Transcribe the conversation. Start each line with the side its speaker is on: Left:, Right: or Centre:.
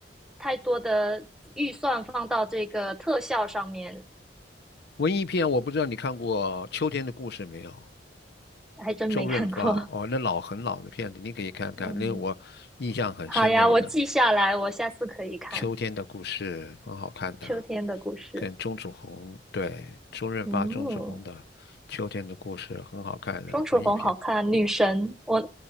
Centre: 太多的预算放到这个特效上面，
Left: 文艺片，我不知道你看过《秋天的故事》没有？
Centre: 还真没看过。
Left: 周润发，哦，那老很老的片子，你可以看看，
Centre: <laughs> 嗯，
Left: 那个我印象很深的一本。
Centre: 好呀，我记下来，我下次可以看
Left: 秋天的故事很好看的，
Centre: 秋天的故事。
Left: 跟钟楚红，对，周润发、
Centre: 嗯，
Left: 钟楚红的《秋天的故事》很好看的文艺片。
Centre: 钟楚红好看，女神，我